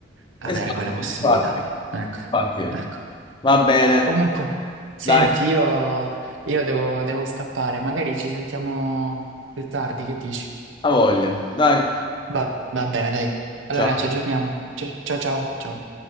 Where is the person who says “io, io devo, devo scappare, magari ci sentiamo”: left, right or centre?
Right